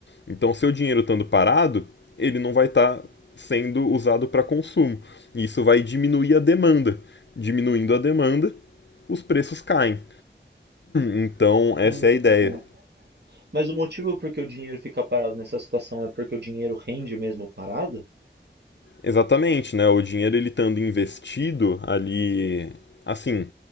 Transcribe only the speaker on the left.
Então, seu dinheiro estando parado, ele não vai estar sendo usado para consumo. E isso vai diminuir a demanda. Diminuindo a demanda, os preços caem. Então, essa
é a ideia.
Exatamente, né? O dinheiro ele estando investido ali, assim,